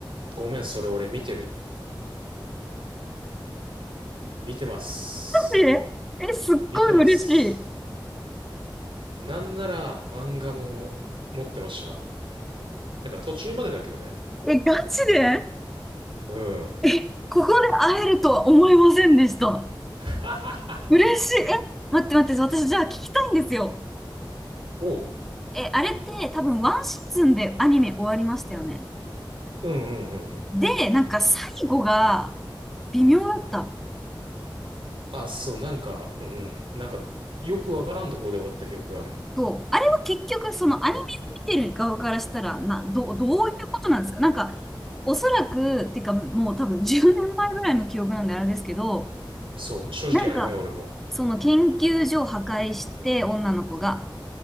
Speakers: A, on the right; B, in the centre.
A: ごめん、それ俺見てる。見てます。
B: え、え、すっごい嬉しい。
A: 見てます。なんなら漫画も持ってました。なんか途中までだけどね。
B: え、ガチで
A: うん。
B: え、ここで会えるとは思いませんでした。
A: <laughs>
B: 嬉しい。え、待って待って、私じゃあ聞きたいんですよ。
A: おう
B: え、あれって多分ワンシーズンでアニメ終わりましたよね。
A: うんうんうんうん。
B: で、なんか最後が微妙だった。
A: あ、そう、なんか、うんうん。なんか、よくわからんとこで終わった記憶がある。
B: そう。あれは結局、そのアニメを見てる側からしたら、な、ど、どういうことなんですかなんか、おそらく、っていうか、もう多分10年前ぐらいの記憶なんであれですけど、
A: そう、正直曖昧俺も。
B: なんか、その研究所を破壊して、女の子が。